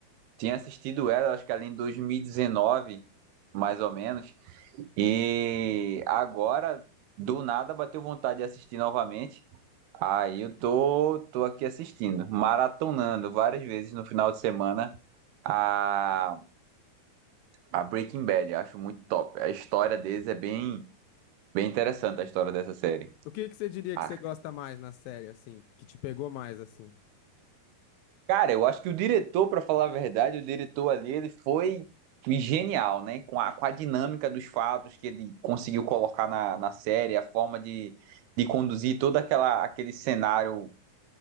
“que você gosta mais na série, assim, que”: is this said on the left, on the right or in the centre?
Left